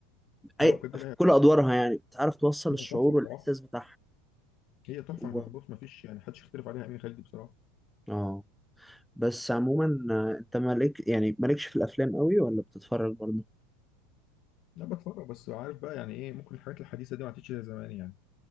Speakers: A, in the centre; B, on the left.
A: اي
B: اه بجد
A: في
B: لا
A: كل ادوارها يعني بتعرف توصل
B: هو
A: الشعور
B: تحفه بصراحه
A: والاحساس بتاعها
B: هي تحفه مح-
A: و...
B: بص ما فيش يعني حدش يختلف عليها امين خالد دي بصراحه
A: اه بس عموما آه، انت مالك يعني مالكش في الافلام قوي ولا بتتفرج برضه
B: لا بتفرج بس عارف بقى يعني ايه ممكن الحاجات الحديثه دي ما عادتش زي زمان يعني